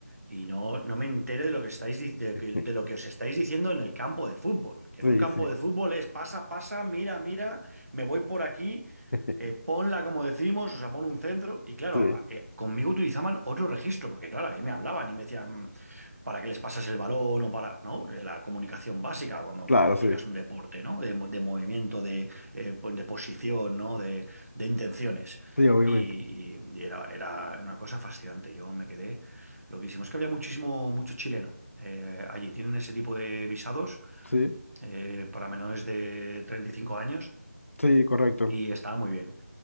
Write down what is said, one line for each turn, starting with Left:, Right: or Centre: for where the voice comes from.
Right: y no, no me entere de lo que estáis, di- de,
Left: <laughs>
Right: que- de lo que os estáis diciendo en el campo de fútbol? Que
Left: Sí,
Right: en un campo
Left: sí.
Right: de fútbol es pasa, pasa, mira, mira, me voy por aquí,
Left: <laughs>
Right: eh, ponla como decimos, o sea, pon un centro. Y claro,
Left: Sí,
Right: a- eh, conmigo utilizaban otro registro, porque claro, ahí me hablaban y me decían, ¿para qué les pasas el balón o para...? No, es la comunicación básica cuando
Left: claro,
Right: practicas
Left: sí.
Right: un deporte, ¿no? De, mo- de movimiento, de, eh, pues, de posición, ¿no? De, de intenciones.
Left: Sí, obviamente.
Right: Y, y- y era, era una cosa fascinante. Yo me quedé loquísimo. Es que había muchísimo, mucho chileno eh, allí. Tienen ese tipo de visados
Left: Sí,
Right: eh, para menores de 35 años
Left: sí, correcto.
Right: y estaba muy bien.